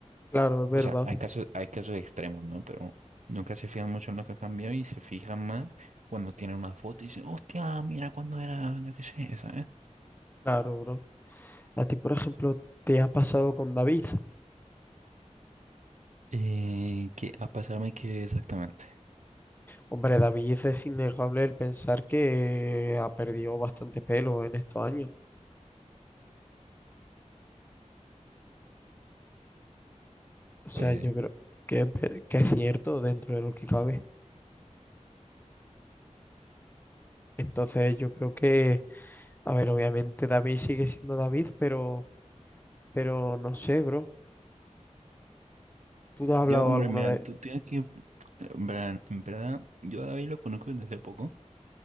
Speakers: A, on the left (about 15°); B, on the right (about 70°).
A: Claro, es verdad.
B: O sea, hay casos, hay casos extremos, ¿no? Pero nunca se fijan mucho en lo que ha cambiado y se fijan más cuando tienen una foto y dicen, hostia, mira cuando era, yo qué sé, ¿sabes?
A: Claro, bro. A ti, por ejemplo, te ha pasado con David.
B: Eh, ¿qué a pasarme qué exactamente?
A: Hombre, David es innegable el pensar que ha perdido bastante pelo en estos años. O sea,
B: Pues,
A: yo creo que, es ver- que es cierto dentro de lo que cabe. Entonces, yo creo que, a ver, obviamente David sigue siendo David, pero, pero no sé, bro. ¿Tú te has hablado
B: ya, hombre,
A: alguna
B: mira,
A: vez?
B: tú tienes que, en verdad, en verdad, yo a David lo conozco desde hace poco,